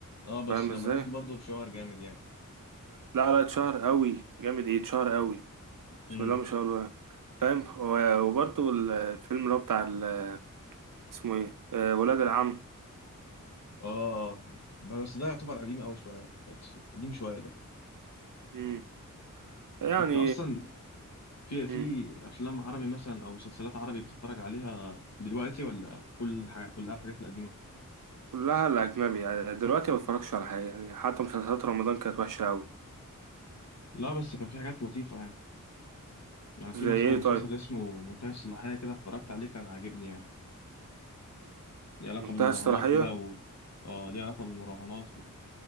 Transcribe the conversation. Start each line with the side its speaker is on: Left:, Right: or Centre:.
Left: اه بس
Right: فاهم
Left: لما
Right: ازاي؟
Left: نزل برضو اتشهر جامد يعني
Right: لا لا اتشهر قوي جامد ايه اتشهر قوي بسم
Left: امم
Right: الله ما شاء الله فاهم و- وبرضه الفيلم اللي هو بتاع ال- اسمه ايه؟ آه، ولاد العم
Left: اه آه. بس ده يعتبر قديم قوي شويه قديم شويه ده
Right: مم. يعني
Left: انت اصلا في في
Right: مم.
Left: افلام عربي مثلا او مسلسلات عربي بتتفرج عليها دلوقتي ولا كل حاجه كلها الحاجات القديمه
Right: كلها الأجنبي يعني دلوقتي ما بتفرجش على حاجة يعني حتى مسلسلات رمضان كانت وحشة قوي
Left: لا بس كان في حاجات لطيفه يعني انا في
Right: زي
Left: مثلا
Right: ايه
Left: مسلسل
Right: طيب؟
Left: اسمه منتهي الصلاحيه كده اتفرجت عليه كان عاجبني يعني ليه علاقه
Right: منتهى
Left: بالمراهنات
Right: الصلاحية؟
Left: كده و... اه ليه علاقه بالمراهنات